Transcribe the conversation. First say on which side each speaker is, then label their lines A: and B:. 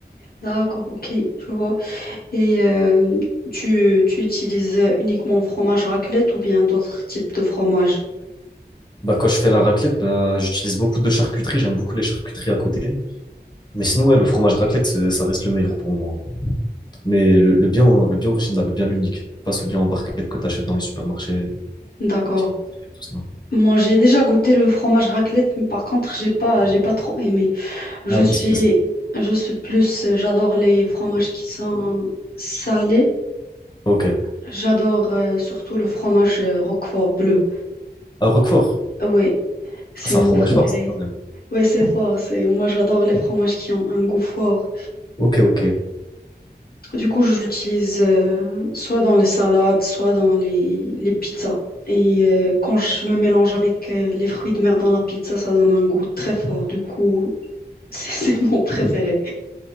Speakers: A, on the left; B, on the left.
A: D'accord, ok, je vois. Et euh, tu, tu utilises uniquement fromage raclette ou bien d'autres types de fromage?
B: Bah, quand je fais la raclette, bah, j'utilise beaucoup de charcuterie, j'aime beaucoup les charcuteries à côté. Mais sinon, ouais, le fromage raclette, c'est- ça reste le meilleur pour moi. Mais le, le bien, le bien original, le bien l'unique, pas celui en barquette que t'achètes dans les supermarchés.
A: D'accord.
B: qui a et tout ça.
A: Moi, j'ai déjà goûté le fromage raclette, mais par contre, j'ai pas, j'ai pas trop aimé. Je
B: Ah,
A: suis,
B: parce que ça.
A: je suis plus, j'adore les fromages qui sont salés.
B: Ok.
A: J'adore euh, surtout le fromage euh, Roquefort bleu.
B: À Roquefort,
A: Oui, c'est
B: c'est
A: mon
B: un fromage
A: préféré.
B: fort, ça, quand même.
A: Oui, c'est fort. C'est moi, j'adore les fromages qui ont un goût fort.
B: Ok, ok.
A: Du coup, je l'utilise euh, soit dans les salades, soit dans les, les pizzas. Et euh, quand je le mélange avec euh, les fruits de mer dans la pizza, ça donne un goût très fort. Du coup, <laughs> c'est c'est mon préféré.